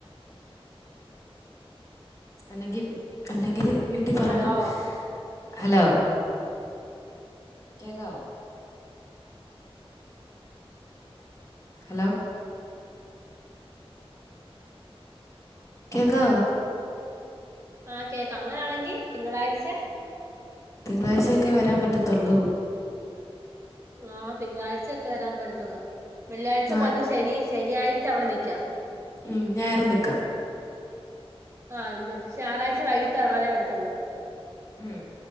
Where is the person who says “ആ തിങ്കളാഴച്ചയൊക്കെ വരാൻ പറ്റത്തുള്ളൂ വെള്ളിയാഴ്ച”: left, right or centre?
Right